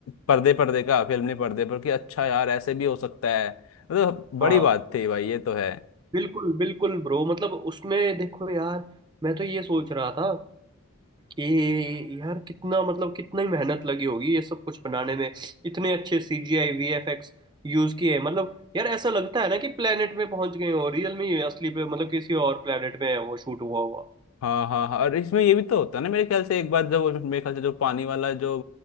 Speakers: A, on the left; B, on the right.
A: पर्दे पर देखा फिल्म ने पर्दे पर कि अच्छा यार ऐसे भी हो सकता है मतलब बड़ी
B: हाँ
A: बात थी भाई ये तो है
B: बिल्कुल बिल्कुल ब्रो मतलब उसमें देखो यार मैं तो ये सोच रहा था कि यार कितना मतलब कितना ही मेहनत लगी होगी ये सब कुछ बनाने में इतने अच्छे सीजीआई वीएफएक्स यूज किए हैं मतलब यार ऐसा लगता है ना कि प्लेनेट में पहुंच गए हो रियल में ही असली पे मतलब किसी और प्लेनेट में है वो शूट हुआ हुआ
A: हाँ हाँ हाँ और इसमें ये भी तो होता है ना मेरे ख्याल से एक बार जब वो- मेरे ख्याल से जो पानी वाला जो